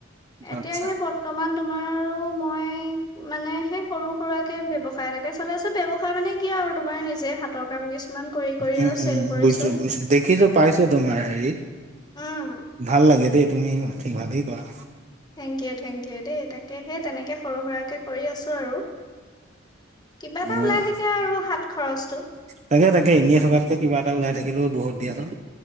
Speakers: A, on the left; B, on the right.
A: এতিয়াহে
B: আচ্ছা
A: বৰ্তমান তোমাৰ আৰু মই মানে সেই সৰু সুৰাকে ব্যৱসায় এটাকে চলাই আছো। ব্যৱ মানে কিয় আৰু তোমাৰ নিজে হাতৰ কাম কিছুমান কৰি কৰি
B: উম
A: আৰু চেল
B: উম
A: কৰিছো।
B: বুজিছো বুজিছো দেখিছো পাইছো তোমাৰ হেৰিত,
A: উম
B: ভাল লাগে দেই তুমি ঠিক ভালেই কৰা।
A: থেংক ইউ থেংক ইউ দেই তাকেহে তেনেকে সৰু সুৰাকে কৰি আছোঁ আৰু। কিবা এটা
B: অঁ
A: ওলাই থাকে আৰু হাত খৰচটো।
B: তাকে তাকে এনেয়ে থকাতকে কিবা এটা ওলাই থাক থাকিলেও বহুত দিয়াচোন।